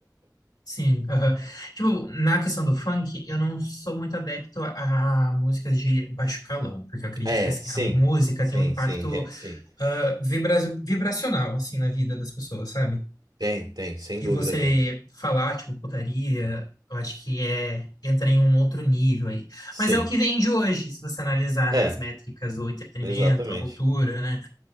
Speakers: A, on the left; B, on the right.
A: sim. aham. Tipo, na questão do funk, eu não sou muito adepto a, a músicas de baixo calão, porque eu acredito
B: É,
A: que assim,
B: sim,
A: a música
B: sim,
A: tem um impacto
B: sim, re- sim.
A: ah, vibra- vibracional assim, na vida das pessoas, sabe?
B: Tem, tem, sem
A: E
B: dúvida
A: você
B: tem.
A: falar, tipo, putaria, eu acho que é, entra em um outro nível aí.
B: Sim,
A: Mas é o que vende hoje, se você analisar,
B: é,
A: né, as métricas, o entretenimento,
B: exatamente.
A: a cultura, né?